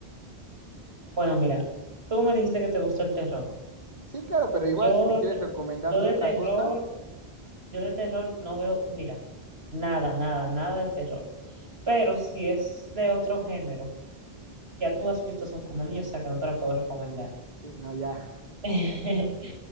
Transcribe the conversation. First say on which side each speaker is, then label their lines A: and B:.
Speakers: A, on the right; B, on the right.
A: Bueno, mira, tú me dijiste que te gusta el terror.
B: Sí, claro, pero igual
A: Yo,
B: si me
A: de-
B: quieres
A: te-
B: recomendar
A: yo
B: de
A: de
B: otra
A: terror
B: cosa,
A: Yo de terror no veo, mira, nada, nada, nada de terror. Pero si es de otro género, ya tú has visto Son como niños, o sea que no te la puedo recomendar.
B: sí, no, ya.
A: <laughs>